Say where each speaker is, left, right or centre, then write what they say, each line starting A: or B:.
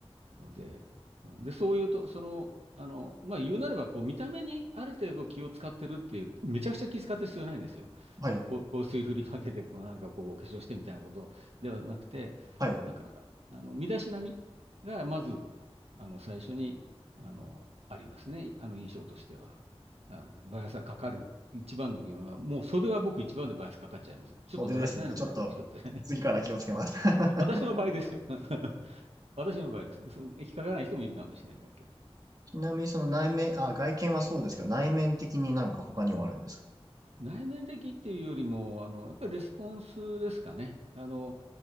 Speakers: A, on the right; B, on the right.
A: ので、で、そういうと、その、あの、まあ、言うなれば、こう、見た目にある程度気を使ってるっていう、めちゃくちゃ気使ってる必要ないんですよ。
B: はい、
A: あの、こう香水振りまけて、こう、なんかこう、お化粧してみたいなことではなくて、
B: はい、
A: なんか、あの、身だしなみが、まず、あの、最初に、あの、ありますね。あの、印象としては。あの、バイアスがかかる。一番の要因は、もう袖は僕一番でバイアスかかっちゃいます。ちょっとだらしないのかな、
B: 袖ですね。ちょっと次から気をつけます。
A: この人って。
B: <laughs>
A: <laughs> 私の場合ですよ。<laughs> 私の場合です。その引っかからない人もいるかもしれないけど。
B: ちなみにその内面、
A: はい
B: あ、外見はそうですけど、内面的になんか他にはあるんですか
A: 内面的っていうよりも、あの、やっぱりレスポンスですかね。あの、